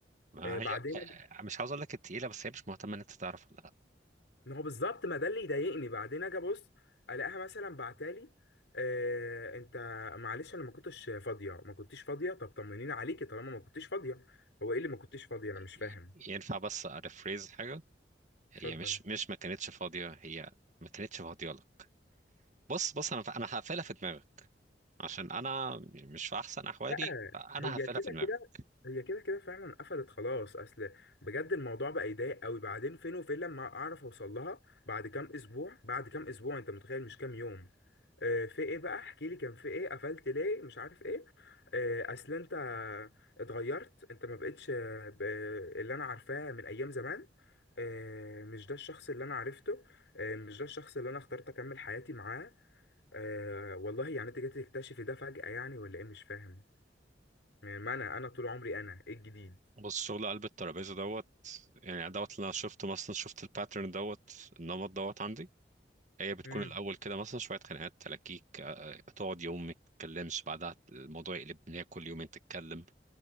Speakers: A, on the right; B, on the left.
A: ما
B: آه، بعدين
A: هي مش عاوز اقول لك التقيله بس هي مش مهتمه ان انت تعرف ولا لا
B: ما هو بالظبط ما ده اللي يضايقني بعدين اجي ابص الاقيها مثلا بعتالي آه، انت معلش انا ما كنتش فاضيه ما كنتيش فاضيه طب طمنيني عليكي طالما ما كنتيش فاضيه هو ايه اللي ما كنتيش فاضيه انا مش فاهم
A: ي- ينفع بس اريفريز حاجه هي
B: اتفضل
A: مش مش ما كانتش فاضيه هي ما كانتش فاضيه لك بص بص انا انا هقفلها في دماغك عشان انا مش في احسن احوالي
B: لا
A: فانا
B: هي
A: هقفلها
B: كده
A: في دماغك
B: كده هي كده كده فعلا قفلت خلاص اصل بجد الموضوع بقى يضايق قوي بعدين فين وفين لما اعرف اوصل لها بعد كام اسبوع بعد كام اسبوع انت متخيل مش كام يوم آه، في ايه بقى احكي لي كان في ايه قفلت ليه مش عارف ايه آه، اصل انت اتغيرت انت ما بقتش آه، ب- اللي انا عارفاه من ايام زمان آه، مش ده الشخص اللي انا عرفته آه، مش ده الشخص اللي انا اخترت اكمل حياتي معاه آه، والله يعني انت جيت تكتشفي ده فجأة يعني ولا ايه مش فاهم يعني ما انا انا طول عمري انا ايه الجديد
A: بص شغل قلب الترابيزه دوت يعني دوت اللي انا شفته مثلا شفت الباترن دوت النمط دوت عندي هي بتكون
B: امم
A: الأول كده مثلا شوية خناقات تلاكيك آه، آه، تقعد يوم ما تتكلمش بعدها الموضوع يقلب إن هي كل يومين تتكلم